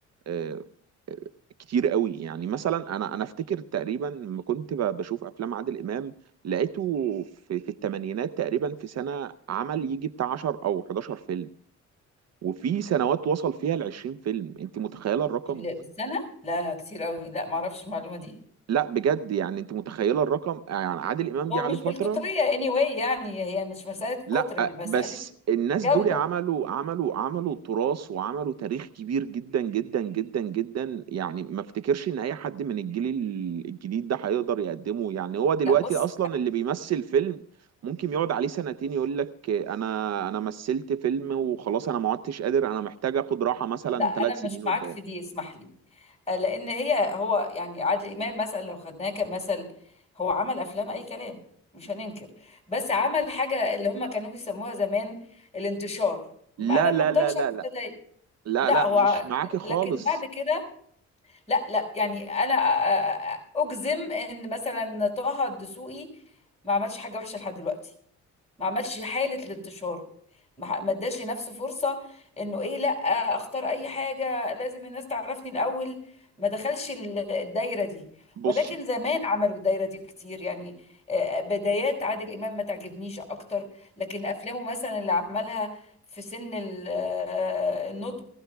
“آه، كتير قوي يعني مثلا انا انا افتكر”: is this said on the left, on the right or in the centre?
Right